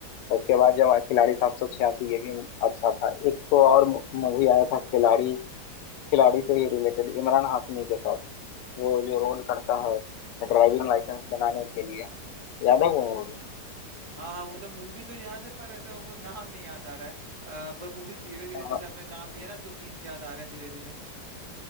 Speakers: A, on the left; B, on the right.
A: उसके बाद जब आया खिलाड़ी सात सौ छियासी ये भी अच्छा था एक तो और मूवी आया था खिलाड़ी खिलाड़ी से ही रिलेटेड इमरान हाशमी के साथ वो जो रोल करता है ड्राइविंग लाइसेंस बनाने के लिए याद है वो मूवी
B: हाँ हाँ मतलब मूवी तो याद है पर ऐसा वो नाम नहीं याद आ रहा है अ, पर मूवी धीरे धीरे
A: हाँ
B: जैसे आपने नाम लिया ना तो सीन्स याद आ रहे हैं धीरे धीरे